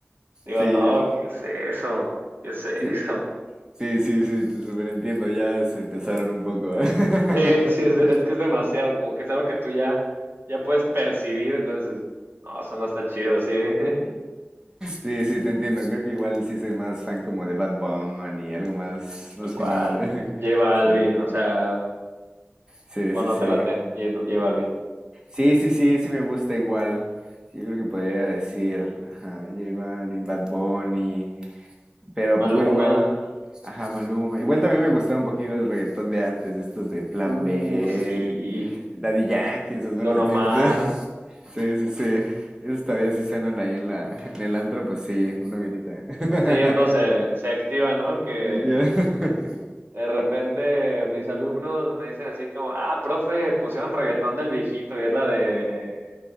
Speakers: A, on the right (about 55°); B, on the right (about 15°).
A: Digo,
B: Sí,
A: no,
B: ya.
A: ¿qué es eso? ¿Qué es eso?
B: Sí. Sí, sí, sí, te superentiendo, ya se empezaron un poco. <laughs>
A: Sí, sí, es, es que es demasiado, como que es algo que tú ya, ya puedes percibir, entonces, no, eso no está chido, sí, <laughs>
B: Sí, sí, te entiendo, creo que igual sí soy más fan como de Bad Bunny, algo más, más
A: tal cual.
B: finón. <laughs>
A: Lleva Alvin,
B: Sí,
A: o sea...
B: sí,
A: O
B: sí,
A: no
B: sí.
A: te late, J J Balvin.
B: Sí, sí, sí, sí me gusta igual. Sí, Yo creo que podría decir, ajá, J Balvin, Bad Bunny, Pero
A: Maluma.
B: pues bueno, igual, ajá, Maluma. Igual también me gustaba un poquito el reggaetón de antes, estos de Plan
A: Uh,
B: B,
A: sí.
B: Daddy Yankee, esos buenos
A: Don Omar.
B: tiempos. <laughs> Sí, sí, sí. Esos todavía sí suenan ahí en la, en el antro, pues sí, una hoguerita. <laughs>
A: Sí, uno se, se activa, ¿no? Que
B: Te quiero. <laughs>
A: de repente mis alumnos me dicen así como, ah, profe, pusieron reggaetón del viejito y es la de